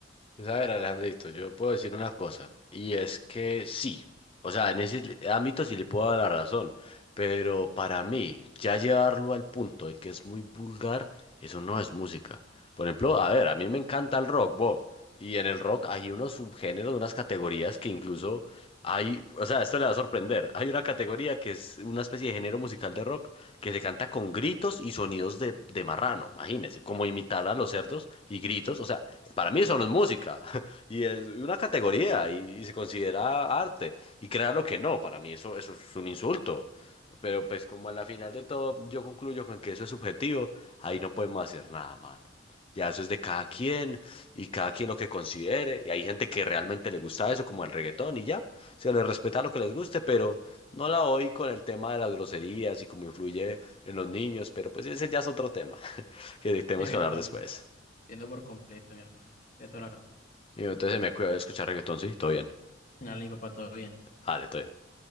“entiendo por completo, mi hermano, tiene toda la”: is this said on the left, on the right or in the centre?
Left